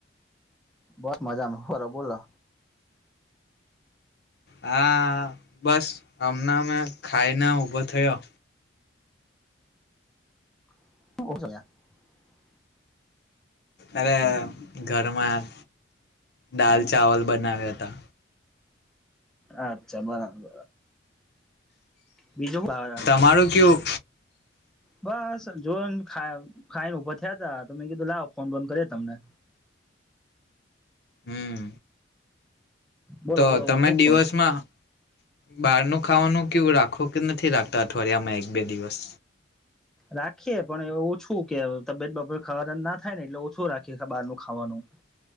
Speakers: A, in the centre; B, on the left (about 55°).
A: બસ મજામાં હોરા બોલો.
B: હા બસ હમણાં અમે ખાઈને ઉભો થયો.
A: <unintelligible>
B: અરે ઘરમાં દાલ ચાવલ બનાવ્યા હતા.
A: અચ્છા બરાબર. બીજું હુ. <unintelligible>
B: તમારું કેવું
A: બસ જો ખાઈને ભર થયા ત તો મેં કીધું લાવ ફોન બંધ કરી તમને
B: હમ
A: બોલો
B: તો
A: બોલો
B: તમે
A: હું
B: દિવસમાં
A: કો
B: બહારનું ખાવાનું કેવું રાખો કે નથી રાખતા અઠવાડિયામાં એક બે દિવસ
A: રાખીએ પણ એ ઓછું કે તબિયત બાપર ખાવાના ના થાય ને એટલે ઓછું રાખીએ બહાર ન ખાવાનું